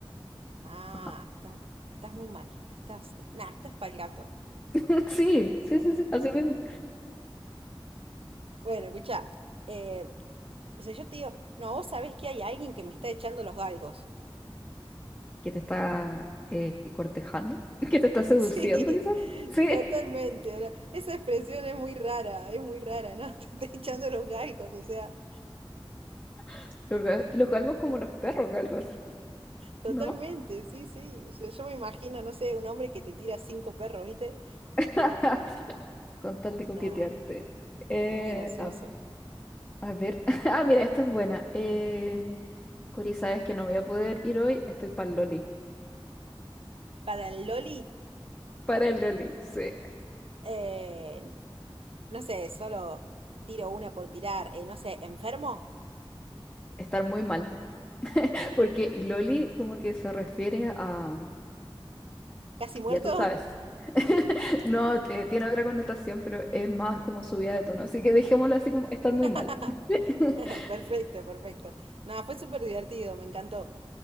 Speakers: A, on the right; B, on the left.
A: Ah,
B: ajá.
A: está- estás muy mal. Estás, nada, estás para el gato.
B: <laughs> Sí, sí, sí, sí, así mismo.
A: Bueno, escuchá. eh, o sea, yo te digo, no, vos sabés que hay alguien que me está echando los galgos. <laughs>
B: Que te está eh, cortejando, <laughs> que te está seduciendo,
A: Sí,
B: quizás. Sí,
A: totalmente. ahora, Esa expresión es muy rara, es muy rara, ¿no? <laughs> Te está echando los galgos, o sea,
B: <laughs> los, ga- los galgos como los perros galgos,
A: totalmente,
B: ¿no?
A: sí, sí. O sea, yo me imagino, no sé, un hombre que te tira cinco perros, ¿viste?
B: <laughs> con tal de coquetearte.
A: Nah,
B: Eh,
A: Muy gracioso.
B: a, a ver. <laughs> Ah, mira, esta es buena. Eh, Cori, sabes que no voy a poder ir hoy. Estoy para el Loli.
A: Para el Loli,
B: Para el Loli, sí.
A: eh, no sé, solo tiro una por tirar, eh, no sé, enfermo,
B: Estar muy mal. <laughs> Porque Loli como que se refiere a...
A: casi muerto.
B: Ya tú sabes. <laughs> No, te- tiene otra connotación, pero es más como subida de tono. Así que dejémoslo así como estar muy mal.
A: <laughs>
B: <laughs>
A: Perfecto, perfecto. No, fue súper divertido, me encantó.